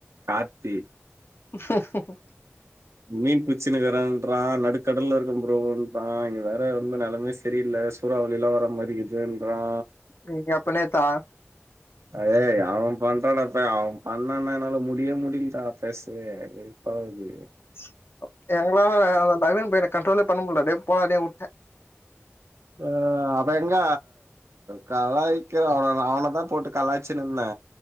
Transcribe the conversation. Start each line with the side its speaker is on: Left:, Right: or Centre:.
Right: கார்த்தி
Left: <inaudible>
Right: மீன் புச்சினுக்கரேன்றா நடுக்கடல்ல இருக்க ப்ரோன்றா இங்க வேற வந்து நெலமையே சரியில்ல சூறாவளில வர மாரி இருகுதுன்ட்ரா
Left: ம் எப்ப நேத்தா
Right: அயே அவ பண்றடாப்ப அவ பண்ணன என்னால முடிய முடில்ட பேசவே வெறுப்பாவுது
Left: <inaudible> எங்ளால அந்த நவீன் பயன கன்ட்ரோலே பண்ண முட்ல டே போடே டே வுட்டே
Right: ஆ அவ எங்க கலாய்க்றா அவன நா அவன தா போட்டு கலாச்சினுந்தே